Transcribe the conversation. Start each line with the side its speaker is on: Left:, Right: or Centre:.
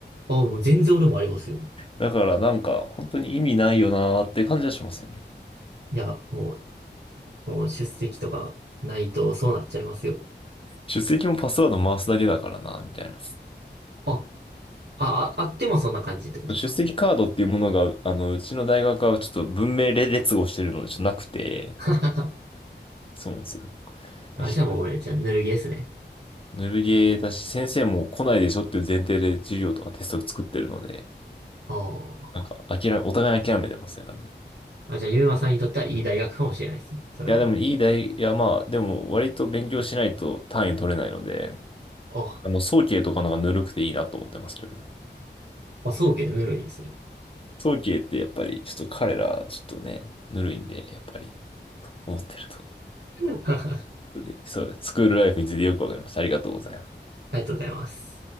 Right: あ、もう全然俺もありますよ。
Left: だからなんか、本当に意味ないよなーって感じはしますよね。
Right: いや、もう、もう出席とかないとそうなっちゃいますよ。
Left: 出席もパスワード回すだけだからな、みたいな。
Right: あ、あ、ああってもそんな感じってことか。
Left: 出席カードっていうものが、あの、うちの大学はちょっと文明列号してるので、ちょっとなくて、
Right: <laughs>
Left: そうなんですよ。
Right: あ、
Left: でひ
Right: じゃあもう俺、じゃあぬるゲーですね。
Left: ぬるゲーだし、先生も来ないでしょっていう前提で授業とかテストを作ってるので、
Right: ああ。
Left: なんか、諦め、お互い諦めてますね、多分。
Right: あ、じゃあゆうまさんにとってはいい大学かもしれないです。それは。
Left: いや、でもいい大、いや、まあ、でも割と勉強しないと単位取れないので、
Right: あ、
Left: あの、早慶とかの方がぬるくていいなと思ってますけどね。
Right: あ、そうけ、ぬるいですね。
Left: 早慶ってやっぱり、ちょっと彼ら、ちょっとね、ぬるいんで、やっぱり、思ってると。い
Right: <laughs>
Left: うことで、そう、スクールライフについてよくわかりました。ありがとうございます。
Right: ありがとうございます。